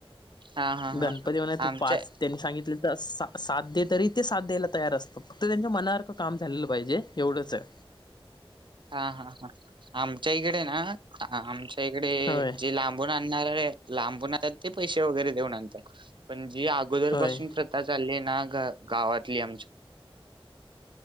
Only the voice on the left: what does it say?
गणपती
म्हणा तू
पाच त्यांनी सांगितले. सा साथ दे तरी ते साथ द्यायला तयार असतं फक्त त्यांच्या मनासारखं काम झालेलं पाहिजे. एवढंच आहे.
होय
होय